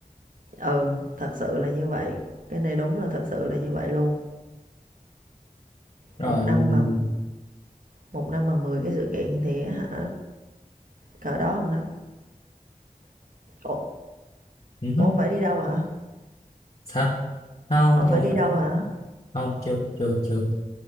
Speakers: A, on the right (about 70°); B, on the left (about 45°).
A: ừ thật sự là như vậy cái này đúng là thật sự là như vậy luôn
B: rồi
A: một năm mà một năm mà 10 cái sự kiện thì hả cỡ đó không đó ủa
B: ừ, hứ,
A: ủa, ông phải đi đâu hả
B: sao không
A: ông
B: tôi
A: phải đi đâu
B: không
A: hả
B: không chưa chưa chưa